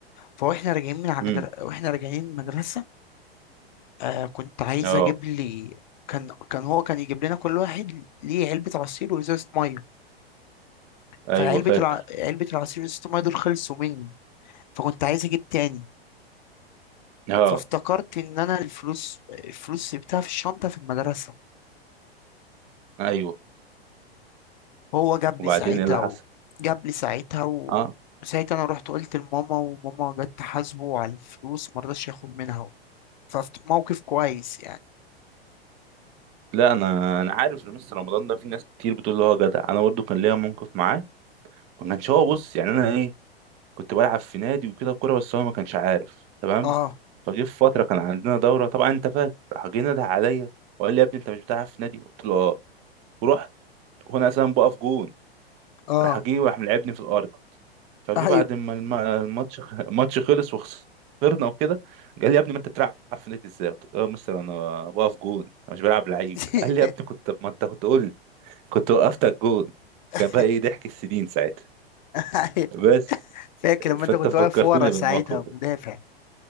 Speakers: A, on the left; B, on the right.
A: فواحنا راجعين من على
B: امم
A: مدر... واحنا راجعين من المدرسة آه كنت عايز
B: اه
A: اجيب لي كان كان هو كان يجيب لنا كل واحد ليه علبة عصير وازازة مية
B: ايوه
A: فعلبة
B: فاكر
A: الع... علبة العصير وازازة المية دول خلصوا مني فكنت عايز اجيب تاني
B: اه
A: فافتكرت ان انا الفلوس الفلوس سبتها في الشنطة في المدرسة
B: ايوه
A: هو جاب
B: وبعدين
A: لي ساعتها
B: ايه اللي حصل
A: و... جاب لي ساعتها و...
B: اه
A: وساعتها انا رحت قلت لماما وماما جت تحاسبه على الفلوس مرضاش ياخد منها فموقف كويس يعني
B: لا انا انا عارف إن مستر رمضان ده في ناس كتير بتقول له هو جدع انا برضو كان ليا موقف معاه ما كانش هو بص يعني انا ايه كنت بلعب في نادي وكده كوره بس هو ما كانش عارف تمام
A: اه
B: فجه في فتره كان عندنا دوره طبعا انت فاكر راح جه نده عليا وقال لي يا ابني انت مش بتلعب في نادي قلت له اه ورحت وانا اساسا بقف جون
A: اه
B: راح جه وراح ملعبني في الارض فجه
A: ايوه
B: بعد ما الم- الماتش الماتش خلص وخسرنا وكده قال لي يا ابني ما انت بتلعب في نادي ازاي؟ قلت له يا مستر انا واقف جون انا مش بلعب لعيب
A: <laughs>
B: قال لي يا ابني كنت ما انت كنت قول لي كنت وقفت على الجون
A: <laughs>
B: كان بقى ايه ضحك السنين ساعتها
A: أيوة.
B: بس
A: فاكر لما
B: فانت
A: انت كنت
B: فكرتني
A: واقف ورا ساعتها
B: بالموقف ده
A: مدافع